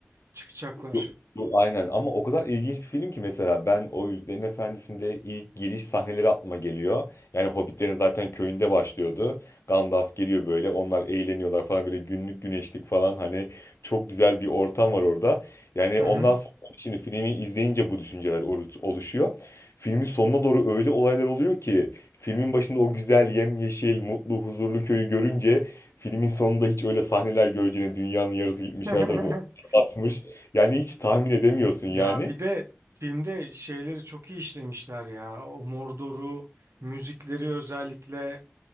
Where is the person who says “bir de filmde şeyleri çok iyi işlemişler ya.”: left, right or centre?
Right